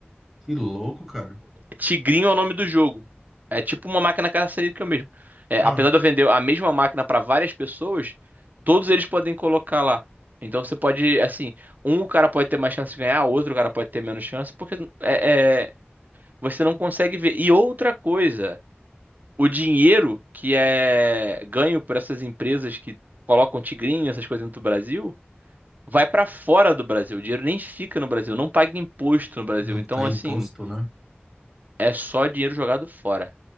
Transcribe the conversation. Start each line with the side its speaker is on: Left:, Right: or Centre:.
Centre: Que louco, cara.
Right: Tigrinho é o nome do jogo. É tipo uma máquina caça-níquel mesmo. É,
Centre: Ah,
Right: apesar de eu vender a mesma máquina pra várias pessoas, todos eles podem colocar lá. Então você pode, assim, um cara pode ter mais chance de ganhar, outro cara pode ter menos chance, porque é, é, você não consegue ver. E outra coisa, o dinheiro que é ganho por essas empresas que colocam tigrinho, essas coisas no Brasil, vai para fora do Brasil. O dinheiro nem fica no Brasil, não paga imposto no Brasil.
Centre: não
Right: Então,
Centre: tem
Right: assim,
Centre: imposto, né?
Right: é só dinheiro jogado fora.